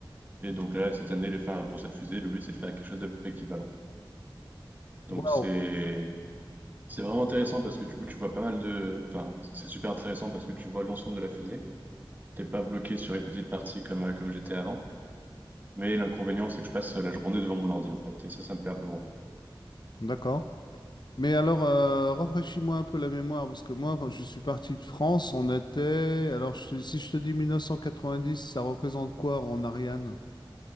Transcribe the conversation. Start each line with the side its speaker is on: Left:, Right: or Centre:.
Right: Et donc là, cette année, les, enfin, pour cette fusée, le but, c'est de faire quelque chose d'à peu près équivalent. Donc
Left: Waouh!
Right: c'est c'est vraiment intéressant parce que du coup, tu vois pas mal de... Enfin, c'est super intéressant parce que tu vois l'ensemble de la fusée. T'es pas bloqué sur une petite partie comme, euh, comme j'étais avant. Mais l'inconvénient, c'est que je passe la journée devant mon ordi, en fait. Et ça, ça me plaît un peu moins.
Left: D'accord. Mais alors, euh, rafraîchis-moi un peu la mémoire, parce que moi, quand je suis parti de France, on était... Alors, je te- si je te dis 1990, ça représente quoi en Ariane?